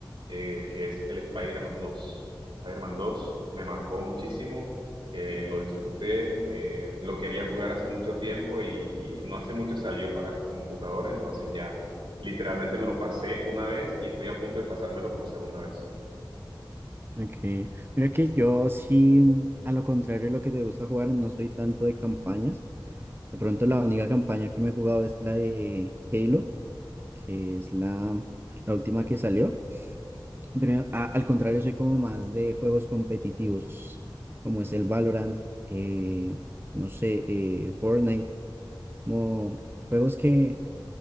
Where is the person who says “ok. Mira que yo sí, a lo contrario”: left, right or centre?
Right